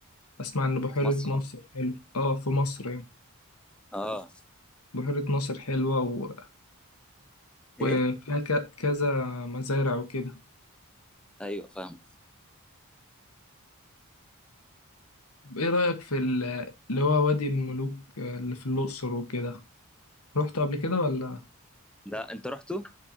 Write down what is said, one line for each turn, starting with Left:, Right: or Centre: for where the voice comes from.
Left: اسمع ان بحيره
Centre: في مصر
Left: ناصر حلو اه في مصر يعني
Centre: اه
Left: بحيره ناصر حلوه و...
Centre: ايه
Left: وفيها ك... كذا مزارع وكده
Centre: ايوه فاهم
Left: طب ايه رايك في ال- اللي هو وادي الملوك آه، اللي في الاقصر وكده رحت قبل كده ولا
Centre: لا انت رحته